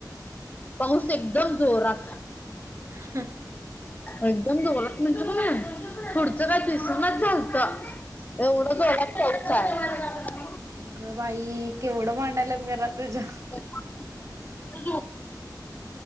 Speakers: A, on the left; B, on the right.
A: पाऊस एकदम जोरात.
B: ह.
A: एकदम जोरात म्हणते कनाय पुढचं काय दिसणाच झालंत. <unintelligible> का एवढं जोरात पाऊस हाय. <unintelligible>
B: अग बाई केव्हडं भांडाल्यात घरात तूझ्या.
A: जा झोप. <unintelligible>